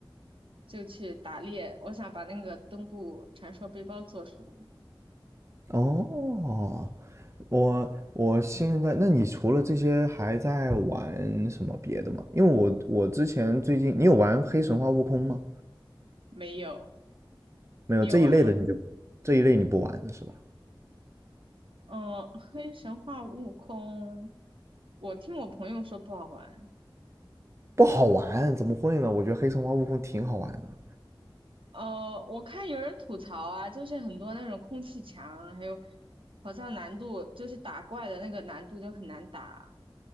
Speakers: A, on the right; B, on the right.
A: 就去打猎。我想把那个东部传说背包做出来，
B: 哦，我我现在，那你除了这些还在玩什么别的吗？因为我我之前最近，你有玩《黑神话：悟空》吗？
A: 没有，
B: 没有，
A: 你有玩吗？
B: 这一类的你就这一类你不玩的是吧？
A: 嗯、黑神话悟空，我听我朋友说不好玩。
B: 不好玩，怎么会呢？我觉得黑神话悟空挺好玩的。
A: 呃，我看有人吐槽啊，就是很多那种空气墙，还有好像难度就是打怪的那个难度就很难打。